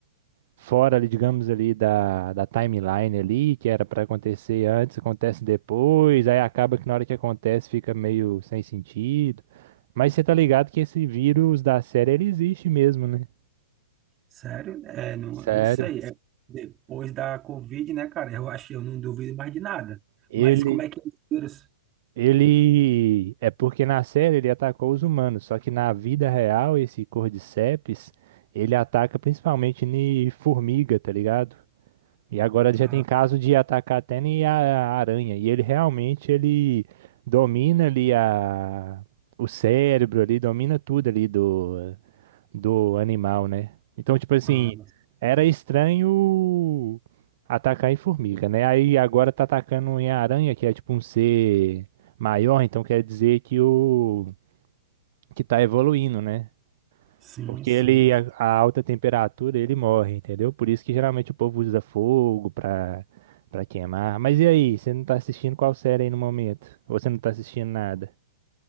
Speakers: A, on the right; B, on the right.
A: fora ali, digamos ali da, da timeline ali, que era para acontecer antes, acontece depois, aí acaba que na hora que acontece fica meio sem sentido. Mas você tá ligado que esse vírus da série ele existe mesmo, né?
B: Sério? É, não,
A: Sério?
B: não sei. É, depois da Covid, né, cara? Eu acho que eu não duvido mais de nada.
A: Ele
B: Mas como é que é esse vírus?
A: ele é porque na série ele atacou os humanos, só que na vida real esse Cordyceps, ele ataca principalmente em formiga, tá ligado? E agora já
B: Ah,
A: tem caso de atacar até nem a a aranha. E ele realmente ele domina ali a o cérebro ali, domina tudo ali do do animal, né? Então, tipo assim,
B: ah,
A: era estranho atacar em formiga, né? Aí agora tá atacando em aranha, que é tipo um ser maior, então quer dizer que o que tá evoluindo, né?
B: sim,
A: Porque
B: sim.
A: ele, a, a alta temperatura, ele morre, entendeu? Por isso que geralmente o povo usa fogo pra, pra queimar. Mas e aí, você não tá assistindo qual série aí no momento? Ou você não tá assistindo nada?